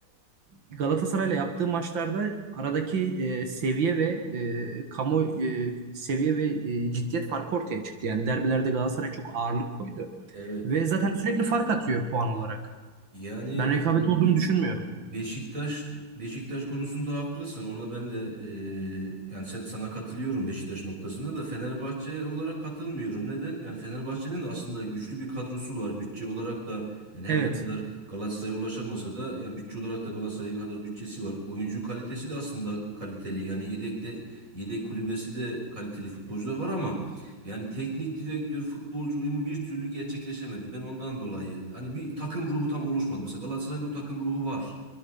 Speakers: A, on the right; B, on the right.
A: Galatasaray'la yaptığı maçlarda aradaki e, seviye ve e, kamu e, seviye ve e, ciddiyet farkı ortaya çıktı. Yani derbilerde Galatasaray çok ağırlık koydu.
B: Evet.
A: Ve zaten sürekli fark atıyor puan olarak.
B: Yani
A: Ben rekabet olduğunu düşünmüyorum.
B: e, Beşiktaş Beşiktaş konusunda haklısın. Ona ben de eee, yani sen- sana katılıyorum Beşiktaş noktasında da Fenerbahçe olarak katılmıyorum. Neden? Yani Fenerbahçe'nin de aslında güçlü bir kadrosu var. Bütçe olarak da yani her
A: Evet.
B: ne kadar Galatasaray'a ulaşamasa da yani bütçe olarak da Galatasaray kadar bütçesi var. Oyuncu kalitesi de aslında kaliteli. Yani yedekte yedek kulübesi de kaliteli futbolcular var ama yani teknik direktör futbolcu uyumu bir türlü gerçekleşemedi. Ben ondan dolayı hani bir takım ruhu tam oluşmadı. Mesela Galatasaray'da o takım ruhu var.